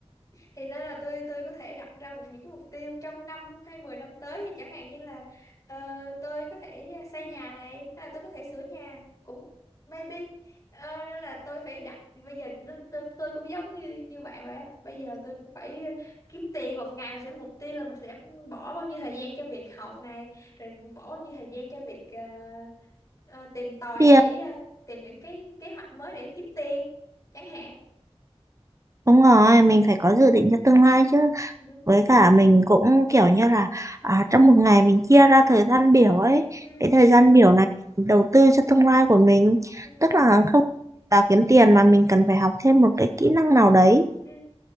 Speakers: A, on the left; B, on the right.
A: thì nên là tôi tôi có thể đặt ra một những cái mục tiêu trong năm hay 10 năm tới thì chẳng hạn như là ờ, tôi có thể xây nhà này hay là tôi có thể sửa nhà cũng maybe Ờ, nên là tôi phải đặt bây giờ tôi, tôi, tôi cũng giống như như bạn vậy á. bây giờ tôi cũng phải kiếm tiền một ngày mà sẽ mục tiêu là mình sẽ bỏ bao nhiêu thời gian cho việc học này rồi bỏ bao nhiêu thời gian cho việc ờ, ờ, tìm tòi
B: Tiền
A: để ờ, tìm những cái kế hoạch mới để kiếm tiền chẳng hạn
B: đúng rồi mình phải có dự định cho tương lai chứ
A: đúng
B: với
A: rồi
B: cả mình cũng kiểu như là à, trong một ngày mình chia ra thời gian biểu ấy
A: ừ
B: cái thời gian biểu này mình đầu tư cho tương lai của mình
A: ừ
B: tức là không là kiếm tiền mà mình cần phải học thêm một cái kỹ năng nào đấy
A: ừ.